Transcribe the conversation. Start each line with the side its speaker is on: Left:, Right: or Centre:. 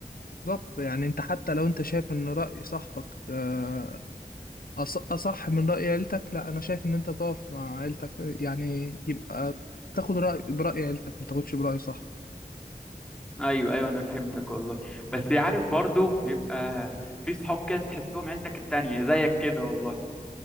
Left: بالظبط يعني أنت حتى لو أنت شايف إن رأي صاحبك آه، أص... أصح من رأي عيلتك لا أنا شايف إن أنت تقف مع عيلتك يعني يبقى تاخد رأي برأي عيلتك ما تاخدش برأي صح
Centre: ايوه ايوه انا فهمتك والله بس عارف برضو بيبقى في صحاب كده تحسهم عيلتك التانية زيك كده والله